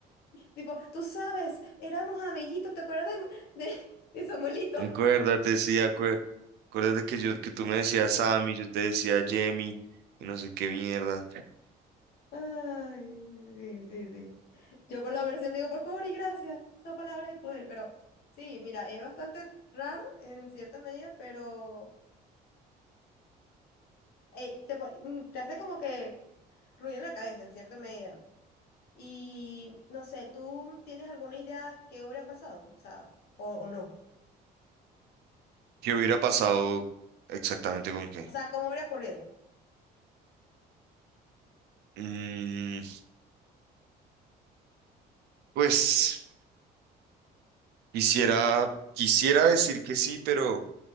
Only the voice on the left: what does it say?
Tipo, tú sabes, éramos amiguitos, ¿te acuerdas de, de, de Samuelito?
Ay, sí, sí, sí. Yo por lo menos siempre digo, por favor y gracias. Son palabras de poder. Pero sí, mira, es bastante raro en cierta medida, pero eh, te, pon- mm, te hace como que ruido en la cabeza en cierta medida. Y no sé, ¿tú tienes alguna idea que hubiera pasado? O sea, o, o no.
O sea, ¿cómo hubiera ocurrido?